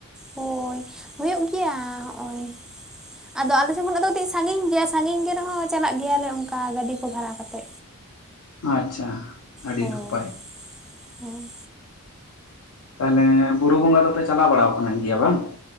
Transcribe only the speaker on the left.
ᱟᱪᱪᱷᱟ ᱟᱹᱰᱤ
ᱱᱟᱯᱟᱭ
ᱛᱟᱞᱦᱮ ᱵᱩᱨᱩ ᱵᱚᱸᱜᱟ ᱫᱚᱯᱮ ᱪᱟᱞᱟᱣ ᱵᱟᱲᱟᱣ ᱠᱟᱱ ᱜᱮᱭᱟ ᱵᱟᱝ?